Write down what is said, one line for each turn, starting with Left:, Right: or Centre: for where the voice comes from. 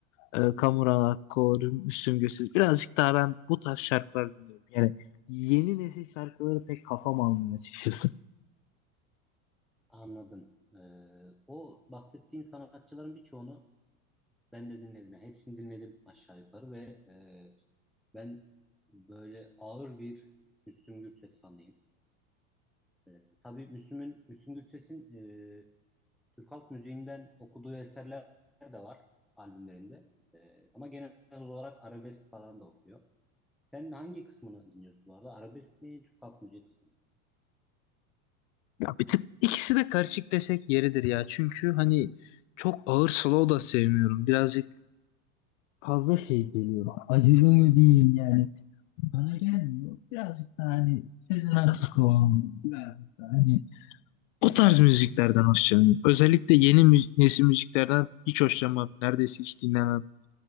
Left: e, Kamuran Akkor, Müslüm Gürses. Birazcık daha ben bu tarz şarkılar dinliyorum. Yani yeni nesil şarkıları pek kafam almıyor açıkçası.
Centre: Anladım. Ee, o bahsettiğin sanatçıların birçoğunu ben de dinledim. Yani hepsini dinledim aşağı yukarı ve e, ben böyle ağır bir Müslüm Gürses fanıyım. E, tabii Müslüm'ün, Müslüm Gürses'in e, Türk halk müziğinden okuduğu eserler de var albümlerinde. E, ama genel olarak arabesk falan da okuyor. Sen hangi kısmını dinliyorsun bu arada? Arabesk mi, Türk halk müziği kısmı mı?
Left: Ya bir tık ikisi de karışık desek yeridir ya. Çünkü hani çok ağır slow da sevmiyorum. Birazcık fazla şey geliyor. Acılı mı diyeyim yani. Bana gelmiyor. Birazcık daha hani Sezen Aksu, birazcık daha hani O tarz müziklerden hoşlanıyorum. Özellikle yeni müzi nesil müziklerden hiç hoşlanmam. Neredeyse hiç dinlemem.